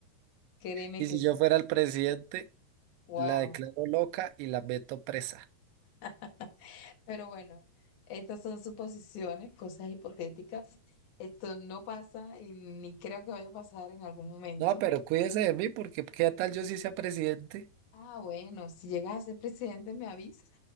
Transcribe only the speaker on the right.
Y
si
yo fuera el presidente,
la declaro loca y la meto presa.
No, pero cuídese de mí porque qué tal yo sí sea presidente